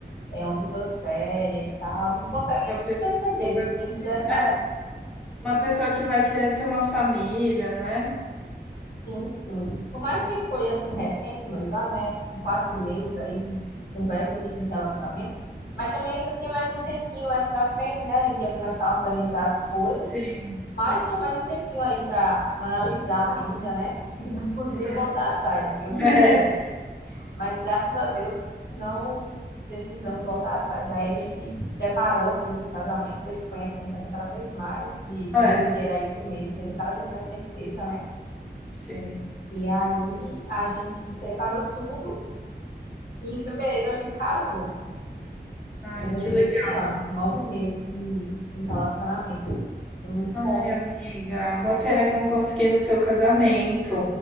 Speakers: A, on the left; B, in the centre.
A: é uma pessoa séria e tal. A gente consegue
B: uma pessoa
A: perceber nos mínimos
B: que,
A: detalhes.
B: é, uma pessoa que vai querer ter uma família, né?
A: Sim, sim. Por mais que foi assim recente o noivado, né? Com quatro meses aí de conversa e e relacionamento. Mas também ainda tinha mais um tempinho mais pra frente, né? A gente ia começar a organizar as coisas.
B: Sim.
A: Mas tem mais um tempinho aí para analisar ainda, né? <laughs> Ainda podia
B: Uhum.
A: voltar atrás, digamos
B: <laughs>
A: assim, né?
B: É,
A: Mas graças a Deus não precisamos voltar atrás. Aí a gente preparou as coisas do casamento, foi se conhecendo também cada vez mais e
B: é,
A: vendo que era isso mesmo, tendo cada vez mais certeza, né?
B: sim.
A: E aí a gente preparou tudo e em fevereiro a gente casou.
B: Ai,
A: Em fevereiro
B: que legal.
A: desse ano, com nove meses de, de relacionamento. Foi muito
B: Ai,
A: bom,
B: amiga, uma pena que eu não consegui ir no seu casamento.